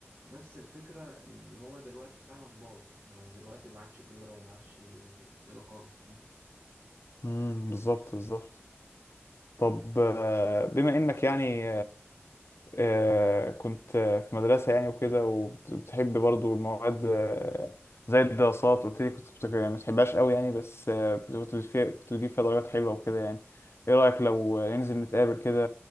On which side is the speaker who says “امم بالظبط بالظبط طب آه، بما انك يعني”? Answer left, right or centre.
Left